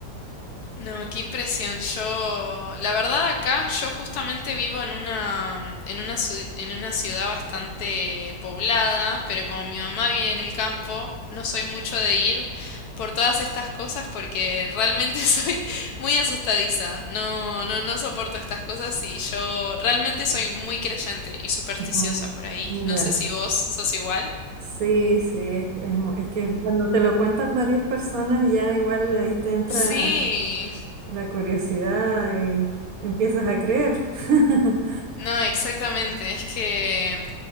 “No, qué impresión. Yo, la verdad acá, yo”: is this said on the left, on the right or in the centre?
Left